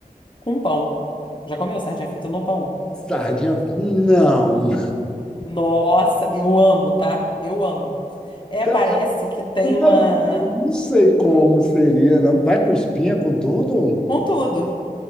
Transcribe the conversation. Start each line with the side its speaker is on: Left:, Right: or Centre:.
Left: com pão. Já comeu sardinha frita no pão?
Centre: Sardinha, não,
Left: Nossa, eu amo, tá? Eu amo. É,
Centre: Tá,
Left: parece que tem
Centre: nunca
Left: uma.
Centre: vi. não sei como seria, não. Vai com espinha, com tudo?
Left: Com tudo.